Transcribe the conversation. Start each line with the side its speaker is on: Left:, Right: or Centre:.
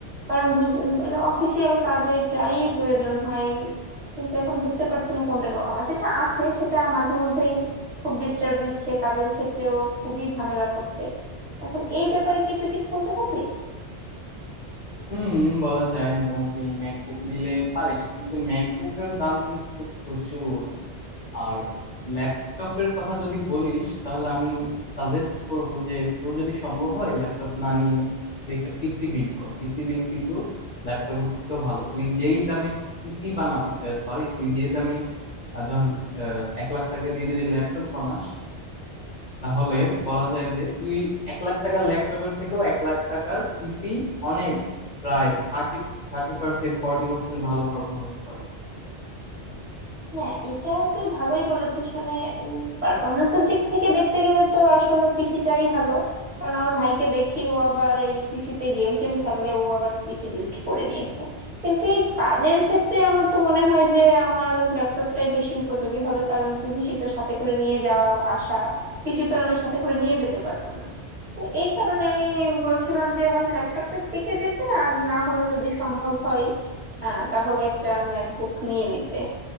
Right: কারণ বুঝ- মানে অফিসিয়াল কাজে প্রায়ই প্রয়োজন হয় কিন্তু এখন বুঝতে পারছি না কোনটা নেব আমার যেটা আছে সেটা মাঝে মধ্যেই খুব ডিস্টার্ব দিচ্ছে কাজের ক্ষেত্রেও খুবই ঝামেলা করছে এখন এই ব্যাপারে কি তুই কিছু বলতে পারবি
Left: হুম বলা যায় মোটামুটি ম্যাকবুক নিলে পারিস কিন্তু ম্যাকবুকের দাম কিন্তু প্রচুর আর ল্যাপটপের কথা যদি বলিস তাহলে আমি সাজেস্ট করব যে তোর যদি সম্ভব হয় ল্যাপটপ না নিয়ে তুই একটা পিসি বিল্ড কর পিসি বিল্ড কিন্তু ল্যাপটপের থেকেও ভালো তুই যেই দামে পিসি বানাবি সরি তুই যে দামে আহ, ধর আহ, এক লাখ টাকা দিয়ে যদি ল্যাপটপ বানাস তাহলে বলা যায় যে তুই এক লাখ টাকার ল্যাপটপের থেকেও এক লাখ টাকার পিসি অনেক প্রায় thirty thirty percent forty percent ভালো পারফরমেন্স করে
Right: হ্যাঁ এটা তুই ভালোই বলেছিস মানে পারফরমেন্সের দিক থেকে দেখতে গেলে তো আসলে পিসিটাই ভালো কারণ আমার ভাইকে দেখি ও আবার এই পিসিতে গেম টেম খেলে ও আবার পিসি বিল্ড করে নিয়েছে কিন্তু এই কাজের ক্ষেত্রে আমার তো মনে হয় যে আমার ল্যাপটপটাই বেশি উপযোগী হবে কারণ বুঝিসই তো সাথে করে নিয়ে যাওয়া আসা পিসি তো আর আমি সাথে করে নিয়ে যেতে পারবো না তো এই কারণে আমি বলছিলাম যে হয় ল্যাপটপের দিকে যেতে আর না হলে যদি সম্ভব হয় আহ, তাহলে একটা ম্যাকবুক নিয়ে নিতে